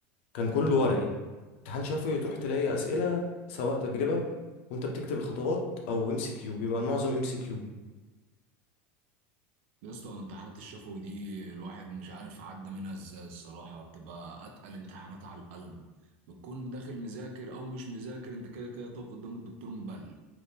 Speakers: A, on the left; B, on the right.
A: كان كله ورقي امتحان شفوي تروح تلاقي اسئله سواء تجربه وانت بتكتب الخطوات او ام سي كيو بيبقى المعظم ام سي كيو
B: يا اسطى امتحانات الشفوي دي الواحد مش عارف عدى منها ازاي الصراحة بتبقى أتقل امتحانات على القلب بتكون داخل مذاكر أو مش مذاكر أنت كده كده تقف قدام الدكتور مبلم